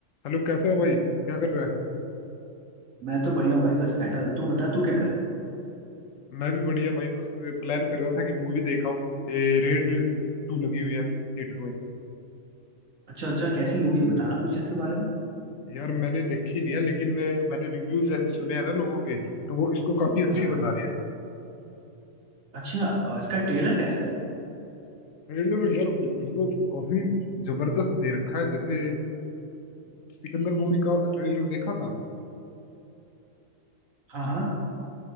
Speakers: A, on the left; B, on the right.
A: Hello कैसा है भाई क्या कर रहा है
B: मैं तो बढ़िया हूँ भाई बस बैठा था तू बता तू क्या कर रहा है
A: मैं भी बढ़िया भाई बस प्लान कर रहा था कि मूवी देखा हूँ ये रेड टू लगी हुई है थिएटर में
B: अच्छा अच्छा कैसी मूवी है बताना कुछ इसके बारे में
A: यार मैंने देखी नहीं है लेकिन अ, मैंने रिव्यूज ऐसे सुने हैं ना लोगों के तो वो इसको काफी अच्छी
B: हाँ
A: बता रहे हैं
B: अच्छा अ, इसका ट्रेलर कैसा है
A: ट्रेलर यार मतलब काफी जबरदस्त दे रखा है जैसे अ, सिकंदर मूवी का ट्रेलर देखा था
B: हाँ हाँ